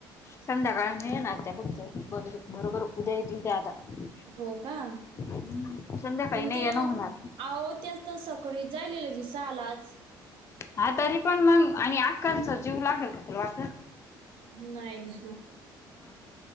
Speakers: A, on the left (about 30°); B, on the right (about 70°).
A: संध्याकाळ नाय येणार त्या बघ त्या बरोबर उद्या ये त त्या आता ना.
B: हो का
A: हम्म संध्याकाळी
B: पण
A: नाही
B: ते अहो
A: ये न होणार.
B: त्याच तर सकाळी जायलेलं लगेच साहळा आलाच.
A: हा तरी पण मग आणि आका जीव लागेल का तुला वाट.
B: नाही.
A: मग!